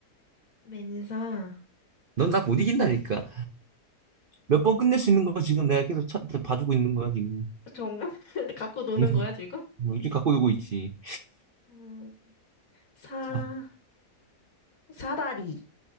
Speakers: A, on the left (about 60°); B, on the right (about 60°).
A: 맨사.
B: 넌 나 못 이긴다니까. 몇 번 끝낼 수 있는 거 지금 내가 계속 차, 봐주고 있는 거야, 지금.
A: 정말? <laughs> 갖고 노는
B: <laughs>
A: 거야, 지금?
B: 이렇게 갖고 놀고 있지.
A: 음, 사,
B: 자,
A: 사다리.